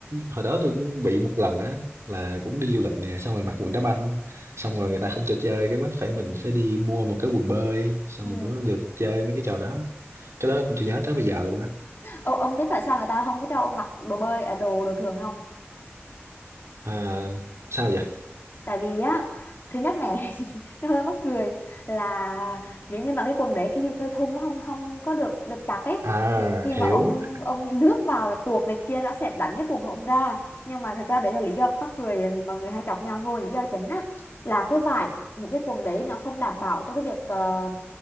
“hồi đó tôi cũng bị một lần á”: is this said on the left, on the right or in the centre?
Right